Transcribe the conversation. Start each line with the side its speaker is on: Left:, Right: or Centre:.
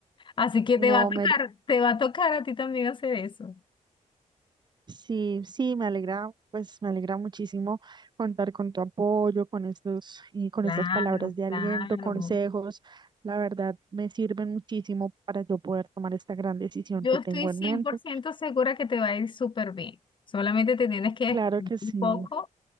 Left: Así que
Right: no,
Left: te va a tocar,
Right: Mary,
Left: te va a tocar a ti también hacer eso.
Right: sí, sí, me alegra, pues me alegra muchísimo contar con tu apoyo, con estos, y con
Left: Claro,
Right: estas palabras de
Left: claro.
Right: aliento, consejos. La verdad, me sirven muchísimo para yo poder tomar esta gran decisión
Left: Yo
Right: que
Left: estoy
Right: tengo
Left: cien
Right: en mente.
Left: por ciento segura que te va a ir súper bien. Solamente te tienes que
Right: Claro
Left: desprender
Right: que sí.
Left: un poco,